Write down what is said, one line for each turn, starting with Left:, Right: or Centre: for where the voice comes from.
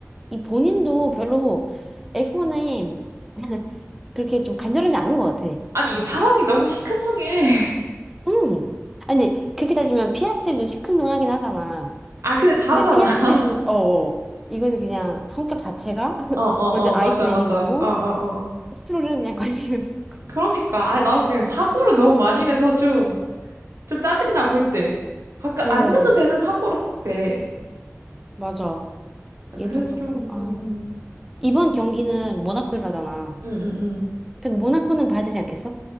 Centre: 이 본인도 별로 F1에 <laughs> 그렇게 좀 간절하지 않은 것 같아.
Right: 아니, 이게 사람이 너무 시큰둥해. <laughs>
Centre: 응. 아니, 그렇게 따지면 피아스트리도 시큰둥하긴 하잖아.
Right: 아, 근데 잘하잖아.
Centre: 근데 피아스트리는
Right: <laughs>
Centre: 어 어. 어. 이거는 그냥 성격 자체가 <laughs>
Right: 어, 어,
Centre: 먼저
Right: 어,
Centre: 아이스맨인
Right: 맞아, 맞아.
Centre: 거고
Right: 어, 어, 어.
Centre: 스트롤은 그냥 <laughs> 관심이 없는 거.
Right: 그러니까. 아, 나 그냥 사고를 너무 많이 내서 좀, 좀 짜증나, 볼 때. 가끔
Centre: 어
Right: 안 내도 되는 사고를 꼭 내.
Centre: 맞아.
Right: 아,
Centre: 얘도
Right: 그래서
Centre: 그렇고
Right: 좀,
Centre: 아
Right: 음, 음.
Centre: 이번 경기는 모나코에서 하잖아.
Right: 음, 음, 음.
Centre: 근데 모나코는 봐야 되지 않겠어?